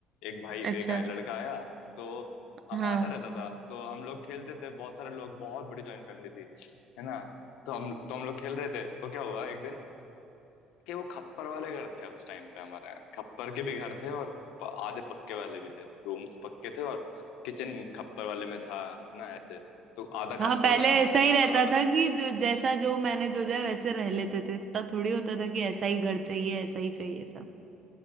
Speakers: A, on the left; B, on the right.
A: एक भाई
B: अच्छा
A: एक आया- लड़का आया तो आ-
B: हाँ
A: आता रहता था तो हम लोग खेलते थे बहुत सारे लोग बहुत बड़ी जॉइंट फैमिली थी है ना तो हम तो हम लोग खेल रहे थे तो क्या हुआ एक दिन कि वो खप्पर वाले घर थे उस टाइम पे हमारे यहाँ खप्पर के भी घर थे और प- आधे पक्के वाले भी थे रूम्स पक्के थे और किचन खप्पर वाले में था है ना ऐसे तो आधा
B: हाँ
A: खप्पर
B: पहले
A: बना हुआ
B: ऐसा
A: था
B: ही
A: खप्पर
B: रहता
A: वाला
B: था कि जो जैसा जो मैंने जो जाए वैसे रह लेते थे इतना थोड़ी होता था कि ऐसा ही घर चाहिए ऐसा ही चाहिए सब